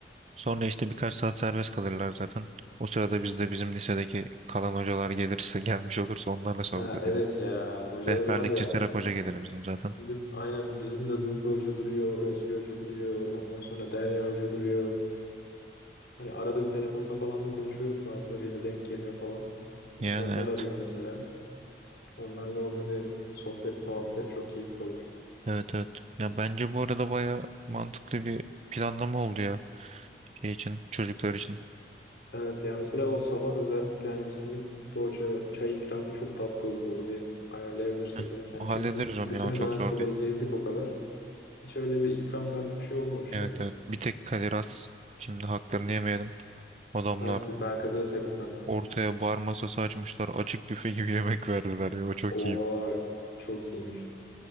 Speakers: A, on the right; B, on the left.
A: Sonra işte birkaç saat serbest kalırlar zaten. O sırada biz de bizim lisedeki kalan hocalar gelirse, <laughs> gelmiş olursa onlarla sohbet
B: Ha
A: ederiz.
B: evet ya hocaları
A: Rehberlikçi
B: var ya.
A: Serap Hoca gelir bizim zaten.
B: Bizim aynen bizim de Duygu Hoca duruyor, Özge Hoca duruyor, ondan sonra Derya Hoca duruyor. Hani arada bir telefonla falan da konuşuyorum bazılarıyla denk geliyor falan.
A: Yani
B: Onlar
A: evet.
B: arıyor mesela. Onlarla orada bir sohbet, muhabbet çok keyifli olur.
A: Evet evet. Ya bence bu arada baya mantıklı bir planlama oldu ya şey için, çocuklar için.
B: Evet ya mesela o sabah özellikle hani bir simit poğaça çay ikramı çok tatlı olur. Onu bir ayarlayabilirsek
A: Heh.
B: eğer. Hani
A: O
B: çünkü
A: hallederiz
B: biz
A: onu
B: bütün
A: ya. O
B: üniversiteleri
A: çok zor değil.
B: gezdik o kadar. Hiç öyle bir ikram tarzı bir şey olmamıştı
A: Evet
B: yani.
A: evet. Bir tek Kadir Has şimdi haklarını yemeyelim. Adamlar
B: Ben, siz, ben Kadras'a gitmedim.
A: ortaya bar masası açmışlar. Açık büfe gibi yemek verdiler ya. O çok
B: Oha
A: iyiydi.
B: çok iyiymiş.